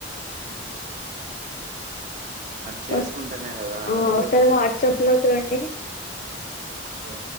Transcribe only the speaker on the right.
హ మరి చేసుకుంటేనే
కదా
ఓట్లు
ఓకే